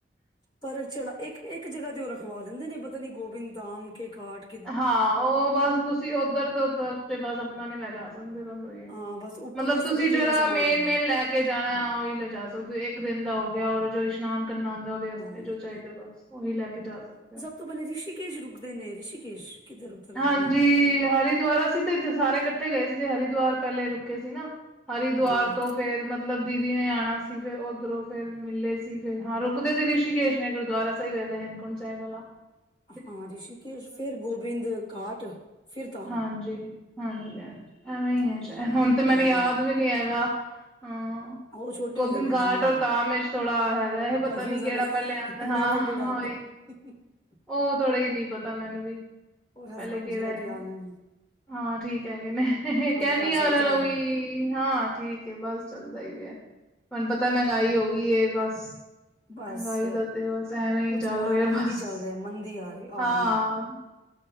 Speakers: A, on the left; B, in the centre.
A: ਪਰ ਜਿਹੜਾ ਇੱਕ ਇੱਕ ਜਗ੍ਹਾ ਤੇ ਉਹ ਰਖਵਾ ਦਿੰਦੇ ਨੇ ਪਤਾ ਨੀ ਗੋਬਿੰਦ ਧਮ ਕੇ ਕਾਟ
B: ਹਾਂ ਉਹ ਬਸ ਤੁਸੀਂ ਉੱਧਰ ਤੇ ਉੱਧਰ ਤੇ ਬਸ ਆਪਣਾ ਨਹੀ ਲੈ ਜਾ ਸਕਦੇ ਬਸ ਉਹੀ ਹੈ।
A: ਹਾਂ ਬਸ ਉੱਪਰ
B: ਮਤਲਬ
A: ਵਾਸਤੇ
B: ਤੁਸੀਂ
A: ਤੇ
B: ਜਿਹੜਾ
A: ਥੋੜਾ ਸਮਾਨ
B: ਮੇਨ
A: ਹੁੰਦਾ
B: ਮੇਨ ਲੈਕੇ ਲੈਕੇ ਜਾਣਾ ਉਹੀ ਲੈਜਾ ਸਕਦੇ ਹੋ ਇੱਕ ਦਿਨ ਦਾ ਹੋ ਗਿਆ ਔਰ ਜੋ ਇਸ਼ਨਾਨ ਕਰਨਾ ਹੁੰਦਾ ਦੇ ਵਾਸਤੇ
A: ਹਾਂ
B: ਜੋ ਚਾਹੀਦਾ ਬਸ ਉਹੀ ਲੈ ਕੇ ਜਾ ਸਕਦੇ ਹੋ।
A: ਤੇ ਪਹੀਲਾ ਰਿਸ਼ੀਕੇਸ਼ ਰੁਕਦੇ ਨੇ ਰਿਸ਼ੀਕੇਸ਼। ਕਿੱਧਰ ਉਤਰਦੇ
B: ਹਾਂਜੀ
A: ਨੇ
B: ਹਰਿਦੁਵਰਾ ਸੀ ਤੇ ਸਾਰੇ ਇਕੱਠੇ ਗਏ ਸੀ ਤੇ ਹਰਿਦੁਵਰ ਪਹਿਲੇ ਰੁਕੇ ਸੀ ਨਾ। ਹਰਿਦੁਵਰ
A: ਹਾਂ
B: ਤੋਂ ਫੇਰ ਮਤਲਬ ਦੀਦੀ ਨੇ ਆਉਣਾ ਸੀ ਫੇਰ ਉੱਧਰੋਂ ਫੇਰ ਮਿਲੇ ਸੀ ਫਿਰ ‍‌‍ਹਾਂ ਰੁਕਦੇ ਤੇ ਰਿਸ਼ੀਕੇਸ਼ ਨੇ ਗੁਰਦੁਆਰਾ ਸਾਹਿਬ ਹੈਗਾ ਹੇਮਕੁੰਟ ਸਾਹਿਬ ਵਾਲਾ‌‍‍‍‍। <inaudible>
A: ਹਾਂ ਰਿਸ਼ੀਕੇਸ਼ ਫੇਰ ਗੋਬਿੰਦ ਘਾਟ। ਫਿਰ ਧਾਮ
B: ਹਾਂਜੀ, ਹਾਂਜੀ ਹਾਂਜੀ। ਐਵੇਂ
A: ਹੂੰ
B: ਹੈ ਹੁਣ ਤੇ ਮੈਨੂੰ
A: ਐਵੇਂ
B: ਯਾਦ ਵੀ ਨੀ ਹੈਗਾ, ਹਮ।
A: ਉਹ ਛੋਟੇ
B: ਗੋਬਿੰਦ
A: ਹੁੰਦੇ ਗਏ
B: ਘਾਟ
A: ਸੀ ਨਾ
B: ਔਰ ਤਾਂਮੇ ਵਿਚ ਥੋੜਾ ਹੈਗਾ ਇਹ ਪਤਾ
A: ਕਨਫਿਊਜ਼ਨ
B: ਨੀ ਕਿਹੜਾ
A: ਹੈ
B: ਪਹਿਲੇ ਆਉਂਦਾ
A: ਪਹਿਲੇ
B: ਹਾਂ
A: ਕਿਹੜਾ
B: ਉਹੀ
A: <unintelligible>
B: ਉਹ ਥੋੜਾ ਨੀ ਪਤਾ ਮੈਨੂੰ ਵੀ।
A: ਔਰ
B: ਪਹਿਲੇ
A: ਹਸਬੈਂਡ
B: ਕਿਹੜਾ
A: ਜੀ ਦਾ
B: ਹੈਗੇ,
A: ਕੀ ਹਾਲ ਹੈ
B: ਹਾਂ ਠੀਕ ਹੈਗੇ ਨੇ
A: ਕੰਮ
B: ਕਹਦੀ
A: ਕਾਰ
B: ਉਹ
A: ਸਹੀ
B: ਨੂ
A: ਚੱਲ ਰਿਹਾ
B: ਵੀ ਹਾਂ ਠੀਕ ਹੈ ਬਸ ਚੱਲਦਾ ਹੀ ਪਿਆ, ਹੁਨ ਪਤਾ ਮਹਿੰਗਾਈ ਹੋ ਗਈ ਬਸ।
A: ਬਸ
B: ਮਹਿੰਗਾਈ ਦਾ ਤੇ ਬਸ ਐਵੇਂ ਹੀ
A: ਕੁਛ
B: ਚੱਲ
A: ਨਾ
B: ਰਿਹਾ
A: ਮੰਦੀ
B: ਬਸ,
A: ਚੱਲ ਰਿਹਾ ਮੰਦੀ ਆ ਰਹੀ ਆ
B: ਹਾਂ।
A: ਗਈ ਹੈ